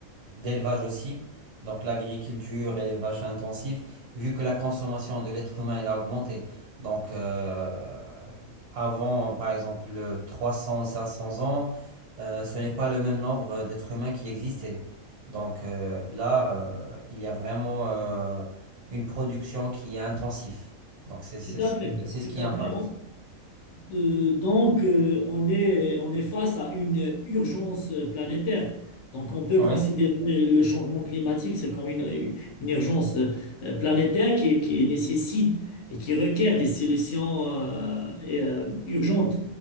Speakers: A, on the right; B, on the left.
A: d'élevage aussi, donc l'agriculture et l'élevage intensif, vu que la consommation de l'être humain elle a augmenté. Donc, euh, avant, par exemple, trois cents cinq cents ans, euh, ce n'est pas le même nombre d'êtres humains qui existaient. Donc euh, là, euh, il y a vraiment euh, une production qui est intensive. Donc c'est c'est
B: tout à
A: ce qui,
B: fait,
A: c'est
B: tout
A: ce qui
B: à
A: impacte.
B: fait. Euh, donc, euh, on est, on est face à une urgence planétaire. Donc, on peut
A: Oui,
B: considérer le changement climatique, c'est comme une, une urgence euh, planétaire qui, qui nécessite et qui requiert des solutions euh, et, euh, urgentes.